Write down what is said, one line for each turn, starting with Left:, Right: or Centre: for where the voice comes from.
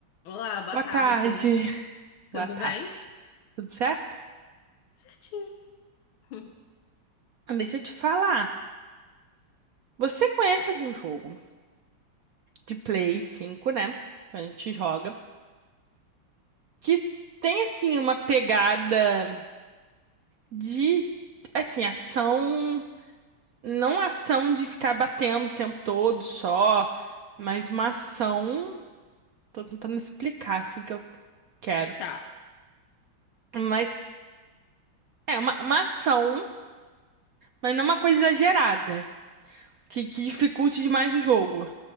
Left: Olá, boa
Right: Boa
Left: tarde.
Right: tarde.
Left: Tudo
Right: Boa tarde.
Left: bem?
Right: Tudo certo?
Left: Certinho. <laughs>
Right: Ah, Deixa eu te falar. Você conhece algum jogo de Play 5, né? Que a gente joga, que tem assim uma pegada de assim, ação, não ação de ficar batendo o tempo todo só, mas uma ação, tô tentando explicar assim que eu quero.
Left: Tá.
Right: Mas é uma, uma ação, mas não uma coisa exagerada, que, que dificulte demais o jogo.